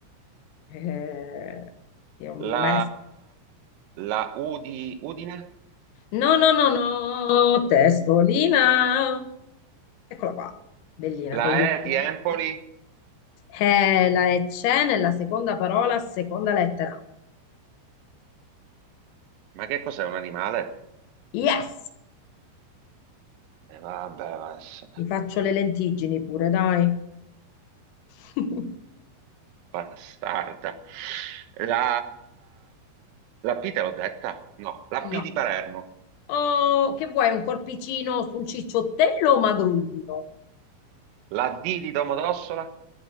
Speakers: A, on the left (about 85°); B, on the right (about 80°).
A: Eh, ti ho messo.
B: la, la U di Udine,
A: No, no, no, no, testolina. Eccola qua, bellina,
B: la
A: con gli occhietti.
B: E di Empoli.
A: Eh, la E c'è nella seconda parola, seconda lettera.
B: Ma che cos'è un animale?
A: Yes!
B: E vabbè, bas-
A: Ti faccio le lentiggini pure, dai. <laughs>
B: bastarda. La, la P te l'ho detta? No, la
A: No.
B: P di Palermo,
A: O che vuoi, un corpicino sul cicciottello o magrolino?
B: la D di Domodossola,